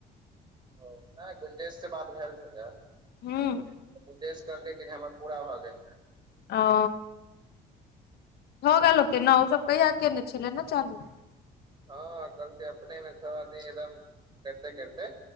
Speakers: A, on the right (about 25°); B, on the left (about 70°).
A: ओ नाइ गुंजेश स बात भेल छलैऽ।
B: हुँ।
A: त गुंजेश कहलकै कनि हमर पूरा भऽ जैते।
B: ओ भऽ गेल हेतै ने ओसभ कहिया केने छलै ने चालू।
A: हाँ कहलकै अपने मे सब आदमी एकदम करिते करिते